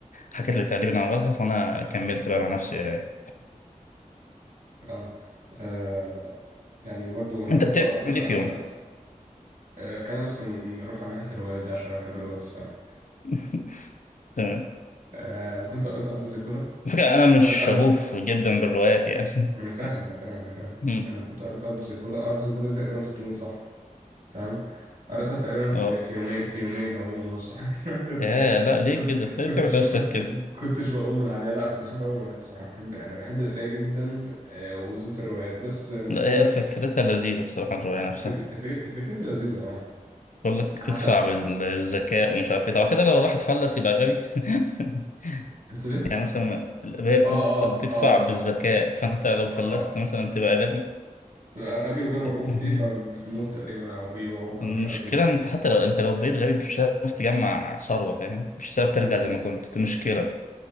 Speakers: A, on the left; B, on the right.
A: حكيت لي تقريبا أولها فأنا كملت بقى مع نفسي قراية
B: اه آه، يعني برضو انا
A: <laughs> أنت
B: قريت
A: بتعمل
B: اه قريت آه،
A: إيه في يوم؟
B: قريت آه، خلينا بس ن- نروح على ناحية الروايات دي عشان انا بحب الروايات الصراحة
A: <laughs> تمام
B: آه، انا كنت قريت ارض زيكولا
A: الفكرة أنا مش
B: قريت قريت
A: شغوف جدا بالروايات يعني
B: ما
A: <laughs>
B: انا فاهم انا فاهم انا فاهم
A: مم.
B: انا كنت قريت ارض زيكولا ارض زيكولا دي تقريبا 600 صفحة تمام قريتها تقريبا في
A: أه
B: في يومين في يومين او يوم ونص <laughs> حاجة شبه كده
A: يا لا ليه
B: كنت
A: كده؟ ليه
B: كنتش
A: تعمل نفسك
B: كنت
A: كده؟
B: كنتش بقوم من عليها لا كنت بحب اول الروايات الصراحة بحب انا بحب القراية جدا آه، وبالذات الروايات بس المشكلة
A: لا هي فكرتها لذيذة الصراحة الرواية نفسها
B: فكرة فكرة لذيذة اه
A: بقول لك تدفع
B: حتى
A: بالذكاء ومش عارف ايه طبعا كده لو الواحد فلس يبقى غبي <laughs>
B: قلت
A: يعني مثلا هي بتقول
B: اه اه
A: لك بتدفع
B: اه
A: بالذكاء فانت لو فلست
B: اه اه
A: مثلا تبقى غبي
B: تبقى غبي وغير مرغوب
A: <laughs>
B: فيه فبتموت تقريبا او بيبيعوك
A: المشكلة
B: ومش عارف بي بي
A: انت حتى لو انت لو بقيت غبي مش هتعرف تجمع ثروة فاهم مش هتعرف ترجع
B: بالظبط
A: زي ما كنت دي مشكلة